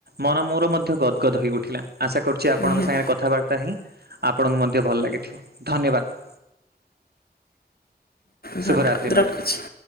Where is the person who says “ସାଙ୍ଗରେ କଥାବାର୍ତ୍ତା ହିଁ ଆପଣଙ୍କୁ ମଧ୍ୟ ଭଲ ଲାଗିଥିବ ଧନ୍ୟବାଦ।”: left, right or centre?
Right